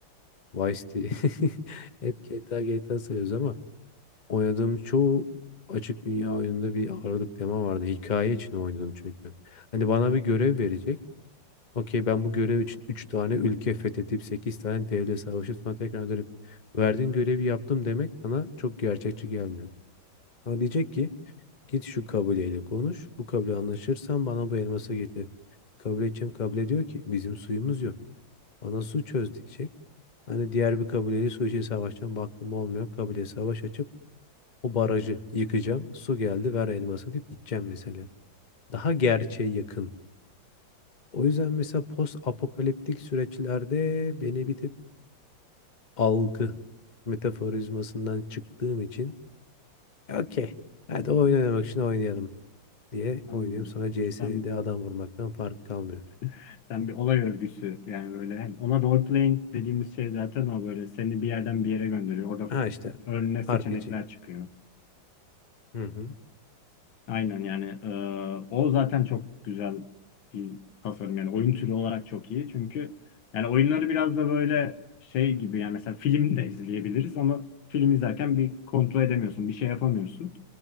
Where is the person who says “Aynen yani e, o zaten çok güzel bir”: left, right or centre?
Left